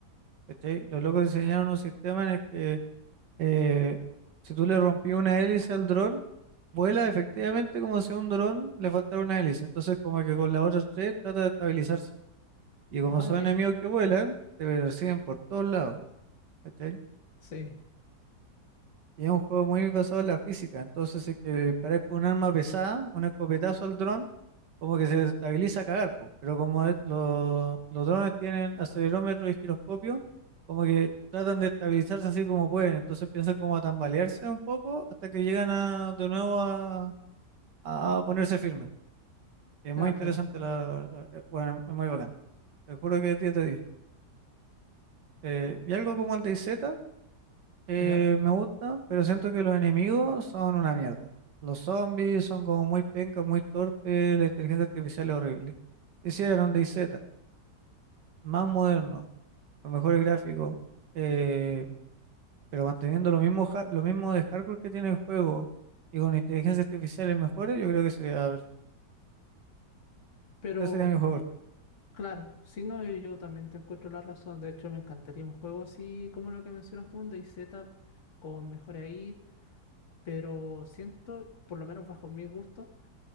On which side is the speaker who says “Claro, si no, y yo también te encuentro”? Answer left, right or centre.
Left